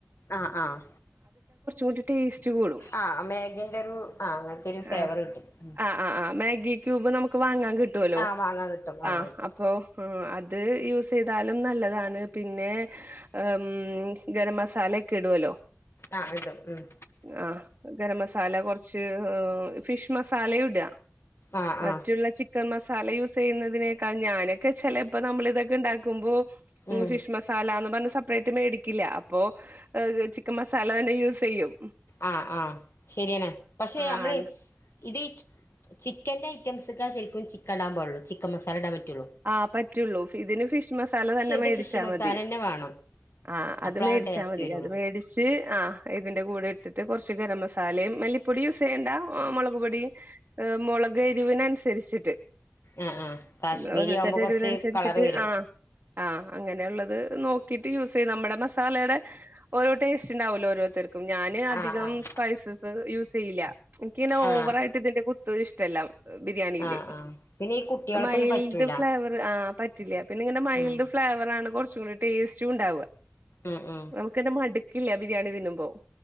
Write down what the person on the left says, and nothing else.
ആഹ് ആഹ്
ആഹ് മേഗിന്റെ ഒരു ആഹ് അങ്ങൻത്തൊരു ഫേവറ്
കിട്ടും
ആഹ് വാങ്ങാൻ കിട്ടും
കിട്ടും
ആഹ് ഇടും ഹ്മ്മ്
ആഹ്
ആഹ്
ഉം
ആഹ് ആഹ് ശശെരിയാണ് പക്ഷെ നമ്മള്
ഇത് ചിക്കൻന്റെ ഐറ്റംസ്ക്കാ ശെരിക്കും ചിക്കടാൻ പാടൊള്ളൂ ചിക്കൻ മസാല ഇടാൻ പറ്റൊള്ളൂ
ഇത്
ഫിഷ് മസാല
തന്നെ വേണം
അപ്പളാണ്
ടേസ്റ്റ്
വരുള്ളൂ
ആഹ് ആഹ് കാശ്മീരിയാവുമ്പോ
കൊറച്ച്
കളറ് വരും
ആഹ് ആഹ്
ആഹ്
ആഹ് ആഹ് പിന്നെ ഈ കുട്ടികൾക്കൊന്നും
പറ്റൂല
ഉം
ആഹ് ആഹ്